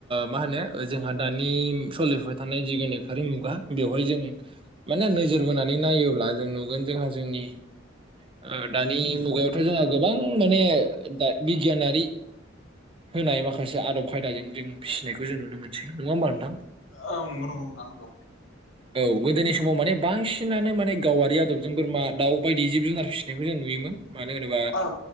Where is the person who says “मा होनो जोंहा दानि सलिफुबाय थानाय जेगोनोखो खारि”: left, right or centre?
Right